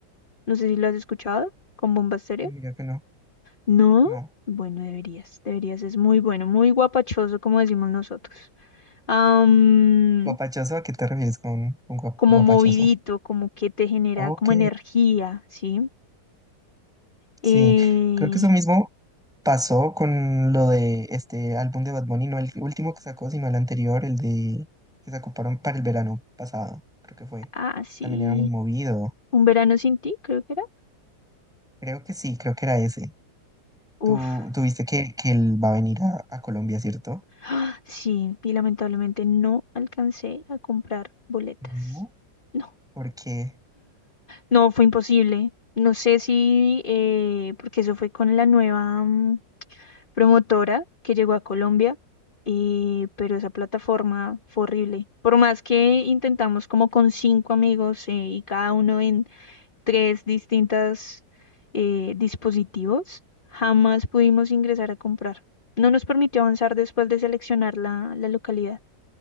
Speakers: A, on the left (about 30°); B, in the centre.
A: No sé si lo has escuchado, con Bomba Estéreo.
B: No, mira que no,
A: No,
B: no.
A: bueno, deberías, deberías. Es muy bueno, muy guapachoso, como decimos nosotros. Am,
B: Guapachoso, ¿a qué te refieres con un guap-
A: como
B: guapachoso?
A: movidito, como que te genera
B: Ok,
A: como energía, ¿sí? Eh,
B: sí. Creo que eso mismo pasó con lo de este álbum de Bad Bunny, no el último que sacó, sino el anterior, el de que sacó para para el verano pasado, creo que fue.
A: ah, sí.
B: También era muy movido.
A: Un verano sin ti, creo que era.
B: Creo que sí, creo que era ese. Tú,
A: Uf.
B: tú viste que, que él va a venir a, a Colombia, ¿cierto?
A: ah, Sí, y lamentablemente no alcancé a comprar boletas.
B: No,
A: No.
B: porque
A: No, fue imposible. No sé si, eh, porque eso fue con la nueva mm, promotora que llegó a Colombia, eh, pero esa plataforma fue horrible. Por más que intentamos como con cinco amigos eh, y cada uno en tres distintas eh, dispositivos, jamás pudimos ingresar a comprar. No nos permitió avanzar después de seleccionar la, la localidad.